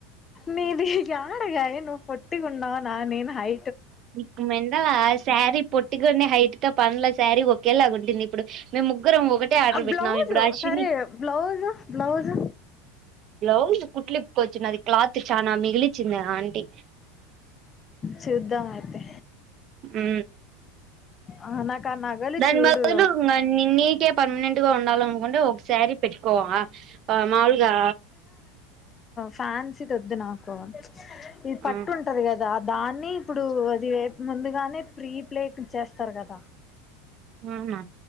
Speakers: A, on the left (about 25°); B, on the right (about 45°).
A: నీది యాడగాదె నువ్వు పోట్టిగున్నావ్ నా నేను హై
B: నీకి మెంటల్ ఆ శారీ పొట్టికనే హైట్తో పనిలే శారీ ఒకేలాగుంటుంది ఇప్పుడు మేము ముగ్గురం ఒకటే ఆర్డర్
A: ఆ
B: పెట్టినాము
A: బ్లౌజ్
B: ఇప్పుడు అశ్విని
A: సరే బ్లౌజ్ బ్లౌజ్
B: బ్లౌజ్ కుట్లిప్ కొచ్చ్ నాది క్లాత్ చానా మిగిలిచ్చింది అంటీ
A: చూద్దాం అయితే
B: ఊ
A: ఆ నాకు ఆ నగలు
B: దాని
A: చూడు
B: బదులు ఇంకా నిన్నీకే పర్మనెంట్ గా ఉండాల అనుకుంటే ఒక సారీ పెట్టుకోవ మాములుగా
A: ఫ్యాన్సీతోద్దు నాకు ఇద్ పట్టు
B: ఆ
A: ఉంటది కదా అద్ దాన్ని ఇప్పుడు అది రేపు ముందుగానే ప్రీప్లేట్ చెస్ స్తర్గద
B: అవునా